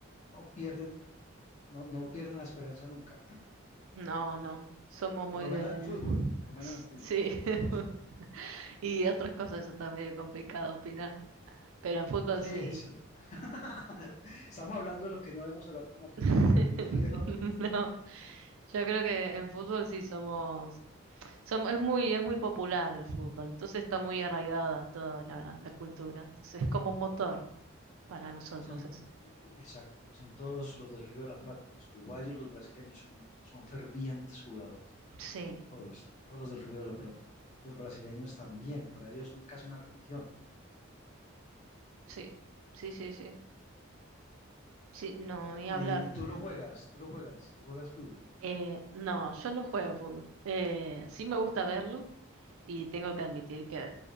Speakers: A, on the left (about 35°); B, on the right (about 75°).
A: no pierden, no, no pierden la esperanza nunca,
B: No, no, somos muy
A: por lo
B: de...
A: menos en fútbol, por lo menos
B: S-
A: en fútbol,
B: Sí,
A: no sé
B: <laughs>
A: en otras cosas.
B: y otras cosas, eso está medio complicado opinar, pero en fútbol
A: Sí,
B: sí.
A: sí. <laughs> Estamos hablando de lo que no debemos hablar con argentinos,
B: <laughs>
A: de fútbol y de política.
B: No, yo creo que en fútbol sí somos, somos, es muy, es muy popular el fútbol, entonces está muy arraigada toda la, la cultura, entonces es como un motor para nosotros.
A: Son, y- y- exacto, y son todos los del Río de la Plata, los uruguayos, los brasileños, son, son fervientes jugadores,
B: Sí,
A: todos, todos los del Río de la Plata. Los brasileños también, para ellos es un- casi una religión.
B: sí, sí, sí, sí. Sí, no, ni
A: Y
B: hablar.
A: tú lo juegas, tú lo juegas, tú juegas fútbol,
B: Eh, no, yo no juego fútbol. Eh, sí me gusta verlo y tengo que admitir que